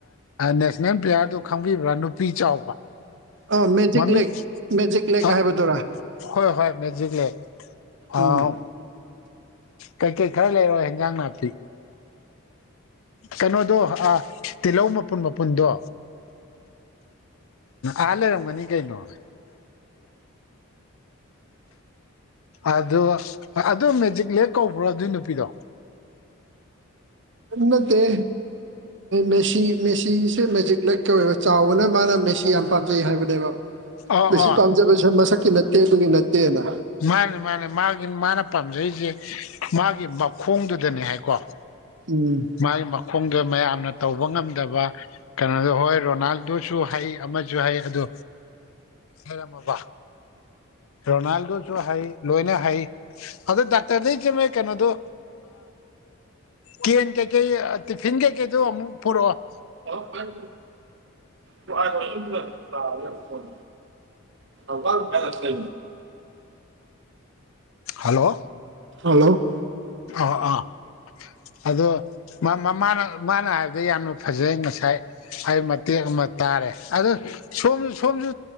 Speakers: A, on the left; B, on the right.
A: ꯅꯦꯁꯅꯦꯜ ꯄ꯭ꯂꯦꯌꯥꯔꯗꯨ ꯈꯪꯕꯤꯕ꯭ꯔꯥ ꯅꯨꯄꯤ ꯆꯥꯎꯕ
B: ꯑ ꯃꯦꯖꯤꯛ
A: ꯃꯃꯤꯡ
B: ꯂꯦꯛ ꯃꯦꯖꯤꯛ ꯂꯦꯛ
A: ꯑ
B: ꯍꯥꯏꯕꯗꯨꯔꯥ
A: ꯍꯣꯏ ꯍꯣꯏ ꯃꯦꯖꯤꯛꯂ ꯑꯥꯎ
B: ꯎꯝ
A: ꯀꯩꯀꯩ ꯈꯔ ꯂꯩꯔꯣꯏ ꯍꯦꯟꯖꯥꯡ ꯅꯥꯄꯤ ꯀꯩꯅꯣꯗꯣ ꯇꯤꯜꯍꯧ ꯃꯄꯨꯟ ꯃꯄꯨꯟꯗꯣ ꯑ ꯂꯩꯔꯝꯃꯅꯤ ꯀꯩꯅꯩꯅꯣ ꯑꯣ ꯑꯗꯨ ꯃꯦꯖꯤꯛ ꯂꯦꯛ ꯀꯧꯕ꯭ꯔꯣ ꯑꯗꯨꯏ ꯅꯨꯄꯤꯗꯣ
B: ꯅꯠꯇ ꯃꯦꯁꯤ ꯃꯦꯁꯤ ꯃꯖꯤ ꯂꯒ ꯆꯥꯎꯕꯅ ꯃꯥꯅ ꯃꯦꯁꯤ ꯌꯥꯝ ꯄꯥꯝꯖꯩ ꯍꯥꯏꯕꯅꯦꯕ
A: ꯑ
B: ꯃꯁꯤ
A: ꯑ
B: ꯄꯥꯝꯖꯕꯁꯦ ꯃꯁꯛꯀꯤ ꯅꯠꯇꯦ ꯑꯗꯨꯒꯤ ꯅꯠꯇꯦꯅ
A: ꯃꯥꯅꯦ ꯃꯥꯅꯦ ꯃꯥꯒꯤ ꯃꯥꯅ ꯄꯥꯝꯖꯔꯤꯁꯦ ꯃꯥꯒꯤ ꯃꯈꯣꯡꯗꯨꯗꯅꯦ ꯍꯥꯏꯀꯣ
B: ꯎꯝ
A: ꯃꯥꯒꯤ ꯃꯈꯣꯡꯗꯣ ꯃꯌꯥꯝꯅ ꯇꯧꯕ ꯉꯝꯗꯕ ꯀꯩꯅꯣꯗꯣ ꯍꯣꯏ ꯔꯣꯅꯥꯜꯗꫭꯁꯨ ꯍꯩ ꯑꯃꯁꯨ ꯍꯩ ꯑꯗꯣ ꯍꯦꯔꯃꯕꯥ ꯔꯣꯅꯥꯜꯗꯣ ꯍꯩ ꯂꯣꯏꯅ ꯍꯩ ꯑꯗꯣ ꯗꯥꯛꯇꯔꯗꯩ ꯆꯃꯦ ꯀꯩꯅꯣꯗꯣ ꯀꯦꯟ ꯀꯩꯀꯩ ꯇꯤꯐꯤꯟ ꯀꯩꯀꯩꯗꯨ ꯑꯃꯨꯛ ꯄꯨꯔꯛꯑꯣ
B: ꯍꯥꯎ ꯀꯥꯏ ꯇꯨ ꯀꯁ <unintelligible> ꯐꯔꯦ ꯐꯣꯟ ꯊꯧ ꯀꯥꯏꯁ ꯀ
A: ꯍꯜꯂꯣ
B: ꯍꯜꯂꯣ
A: ꯑ ꯑꯥ ꯑꯗꯣ ꯃꯥꯅ ꯍꯥꯏꯕꯗ ꯌꯥꯝꯅ ꯐꯖꯩ ꯉꯁꯥꯏ ꯍꯥꯏ ꯃꯇꯦꯛ ꯑꯃ ꯇꯥꯔꯦ ꯑꯗꯨ ꯁꯣꯝꯁꯨ ꯁꯣꯝꯁꯨ